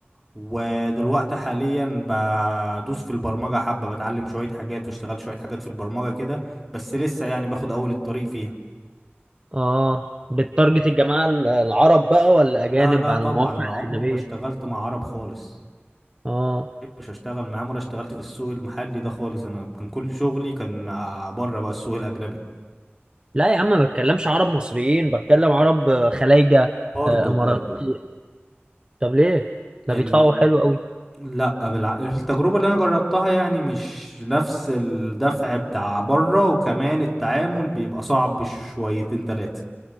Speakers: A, in the centre; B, on the right.
A: ودلوقتي حاليا بدوس في البرمجة حبة بتعلم شوية حاجات واشتغلت شوية حاجات في البرمجة كده بس لسه يعني باخد أول الطريق فيها
B: اه بتارجت الجماعة ال- العرب بقى ولا أجانب
A: لا لا
B: على
A: طبعا
B: المواقع
A: أنا عمري
B: الأجنبية
A: ما اشتغلت مع عرب خالص
B: اه
A: محبش اشتغل معاهم ولا اشتغلت في السوق المحلي ده خالص انا كان كل شغلي كان مع بره بقى السوق الاجنبي
B: لا يا عم ما بتكلمش عرب مصريين بتكلم عرب خلايجة
A: برضو
B: آه، إماراتي
A: برضو
B: طب ليه؟ ده
A: ال...
B: بيدفعوا حلو قوي
A: لا بالع... التجربة اللي انا جربتها يعني مش نفس الدفع بتاع بره وكمان التعامل بيبقى صعب شويتين تلاتة